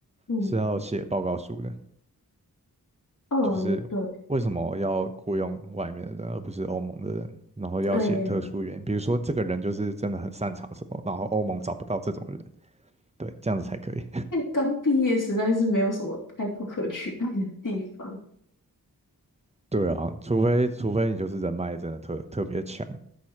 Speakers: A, on the left; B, on the right.
A: 嗯
B: 是要写报告书的。
A: 嗯，
B: 就是为什么要雇佣外面的人，
A: 对
B: 而不是欧盟的人？然后要写特殊原因，
A: 对，
B: 比如说这个人就是真的很擅长什么，然后欧盟找不到这种人，对，这样子才可以。
A: 那刚毕业实在是没有什么太不可取代的地方。
B: <laughs> 对啊，除非除非你就是人脉真的特特别强，